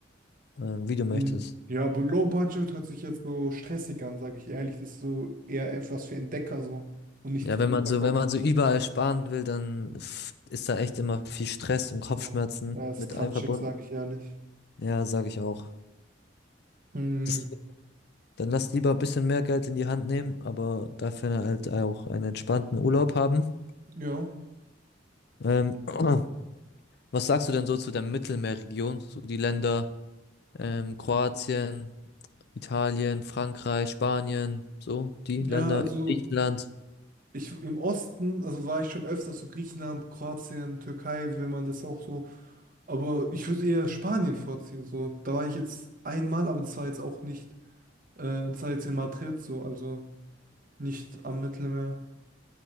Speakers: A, on the left; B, on the right.
A: ähm, wie du möchtest.
B: Mhm. Ja, aber Low Budget hört sich jetzt so stressig an, sage ich ehrlich. Das ist so eher etwas für Entdecker so und nicht
A: Ja,
B: zum
A: wenn
B: Runterkommen.
A: man so, wenn man so überall sparen will, dann f- ist da echt immer viel Stress und Kopfschmerzen
B: Ja, Ja, ist
A: mit
B: quatschig,
A: einverbunden.
B: sage ich ehrlich.
A: Ja, sage ich auch.
B: Hm,
A: Deswegen, dann lass lieber ein bisschen mehr Geld in die Hand nehmen, aber dafür halt auch einen entspannten Urlaub haben.
B: ja.
A: Ähm, <clears throat> was sagst du denn so zu der Mittelmeerregion? So die Länder ähm, Kroatien, Italien, Frankreich, Spanien, so die
B: Ja,
A: Länder,
B: also
A: Griechenland.
B: ich im Osten, also war ich schon öfters so Griechenland, Kroatien, Türkei, wenn man das auch so. Aber ich würde eher Spanien vorziehen. So, da war ich jetzt einmal, aber das war jetzt auch nicht, äh, das war jetzt in Madrid so, also nicht am Mittelmeer.